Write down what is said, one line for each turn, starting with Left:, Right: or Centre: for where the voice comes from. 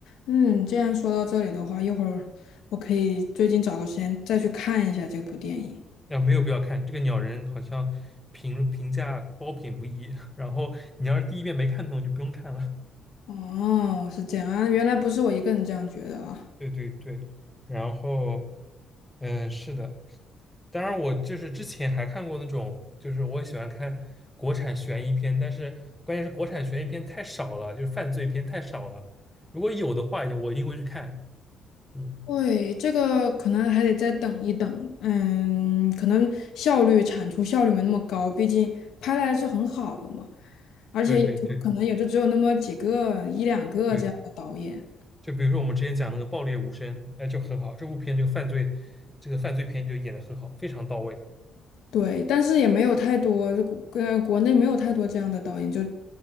Left: 嗯，既然说到这里的话，一会儿我可以最近找个时间再去看一下这部电影。
Centre: 啊，没有必要看这个《鸟人》，好像评评价褒贬不一。<laughs> 然后你要是第一遍没看懂，就不用看了。
Left: 哦，是这样啊，原来不是我一个人这样觉得啊。
Centre: <laughs> 对对对，然后嗯，是的，当然，我就是之前还看过那种，就是我喜欢看国产悬疑片，但是关键是国产悬疑片太少了，就是犯罪片太少了。如果有的话，我一定会去看。嗯，
Left: 对，这个可能还得再等一等，嗯，可能效率产出效率没那么高，毕竟拍的还是很好的嘛，而且也就可能也就只有那么几个一两个这样的导演。
Centre: 对对对对，就比如说我们之前讲那个《爆裂无声》，那就很好，这部片这个犯罪，这个犯罪片就演得很好，非常到位。
Left: 对，但是也没有太多，就国呃国内没有太多这样的导演，就